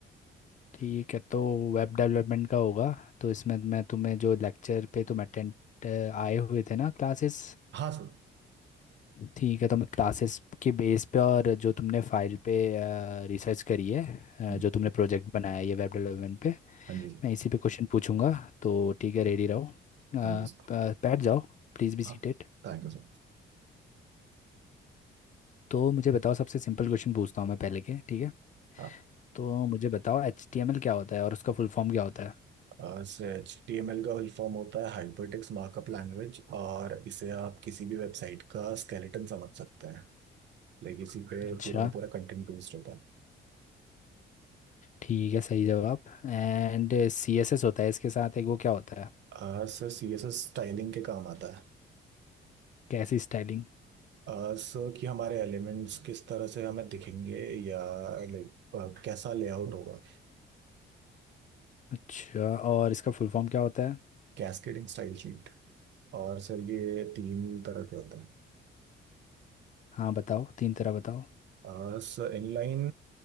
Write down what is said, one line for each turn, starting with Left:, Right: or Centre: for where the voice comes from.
Left: ठीक है तो वेब डेवलपमेंट का होगा तो इसमें मैं तुम्हें जो लेक्चर पे तुम अटेंड आए हुए थे ना क्लासेस
Right: हाँ सर
Left: ठीक है तो मैं क्लासेस के बेस पे और जो तुमने फाइल पे रिसर्च करी है अ,
Right: हम्म,
Left: जो तुमने प्रोजेक्ट बनाया है ये वेब डेवलपमेंट पे
Right: हाँ जी सर
Left: मैं इसी पे क्वेश्चन पूछूंगा तो ठीक है रेडी रहो अ, प-
Right: हाँ जी सर
Left: बैठ जाओ Please be seated
Right: हाँ Thank you so much
Left: तो मुझे बताओ सबसे सिंपल क्वेश्चन पूछता हूँ मैं पहले के ठीक है
Right: हाँ
Left: तो मुझे बताओ एच टी एम एल क्या होता है और उसका फुल फॉर्म क्या होता है
Right: आ, Sir H T M L का फुल फॉर्म होता है हाइपरटेक्स्ट मार्कअप लैंग्वेज और इसे आप किसी भी वेबसाइट का स्केलेटन समझ सकते हैं लाइक इसी पे
Left: अच्छा
Right: पूरा का पूरा कंटेंट बेस्ड होता है
Left: ठीक है सही जवाब एंड सी एस एस होता है इसके साथ एक वो क्या होता है
Right: आ, Sir C S S styling के काम आता है
Left: कैसी स्टाइलिंग
Right: आ, सर कि हमारे एलिमेंट्स किस तरह से हमें दिखेंगे या लाइक कैसा लेआउट होगा
Left: अच्छा और इसका फुल फॉर्म क्या होता है
Right: Cascading style sheet और सर ये तीन तरह के होते हैं
Left: हाँ बताओ तीन तरह बताओ
Right: आ, सर इनलाइन